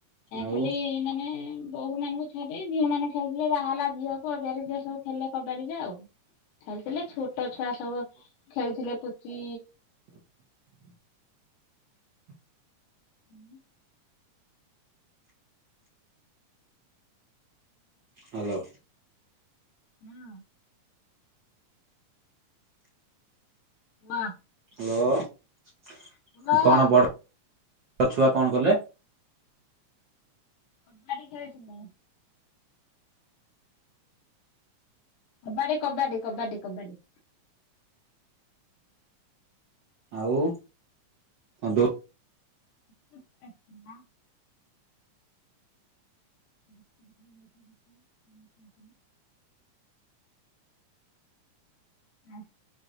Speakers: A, on the right; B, on the left.
A: ଆଉ
B: ଖାଲି ମାନେ ବୋହୁ ମାନଙ୍କୁ ଛାଡି ଝିଅମାନେ ଖାଲିଥିଲେ ବାହା ହେଲା ଝିଅ କୁ ଅବିହାରୀ ଝିଅ ସବୁ ଖେଳିଲେ କବାଡିରେ ଆଉ। ଖେଳିଥିଲେ ଛୁଟ ଛୁଆ ସବୁ ଖେଳିଥିଲେ ପୁଚି। ହୁଁ।
A: ହାଲୋ।
B: ହଁ। ମା।
A: ହ୍ୟାଲୋ
B: ୱା
A: କଣ ବଡ଼ ଛୁଆ କଣ କଲେ?
B: କବାଡ଼ି ଖେଳିଥିଲେ। କବାଡ଼ି କବାଡ଼ି କବାଡ଼ି କବାଡ଼ି।
A: ଆଉ। ଦୋ
B: ଶୁବ ଅଛି ନା। <unintelligible> ଆ